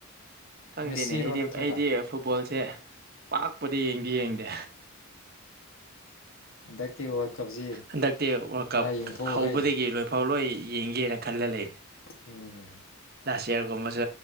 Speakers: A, on the right; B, on the left.
A: ꯈꯪꯗꯦꯅꯦ
B: ꯃꯦꯁꯤꯔꯣ
A: ꯑꯩꯗꯤ
B: ꯅꯠꯇ꯭ꯔꯒ
A: ꯑꯩꯗꯤ ꯐꯨꯠꯕꯣꯜꯁꯦ ꯄꯥꯛꯄꯗꯤ ꯌꯦꯡꯗꯤ ꯌꯦꯡꯗꯦ꯫
B: ꯍꯟꯗꯛꯇꯤ ꯋꯥꯔꯜ ꯀꯞꯁꯤ
A: ꯍꯟꯗꯛꯇꯤ ꯋꯥꯔꯜ
B: ꯈꯔ
A: ꯀꯞ
B: ꯌꯦꯡꯊꯣꯛꯎꯍꯩ
A: ꯍꯧꯕꯗꯒꯤ ꯂꯣꯏꯐꯥꯎ ꯂꯣꯏ꯫ ꯌꯦꯡꯒꯦꯅ ꯈꯜꯂ ꯂꯩꯅꯦ꯫
B: ꯎꯝ꯫
A: <unintelligible> ꯀꯨꯝꯕꯁꯨ꯫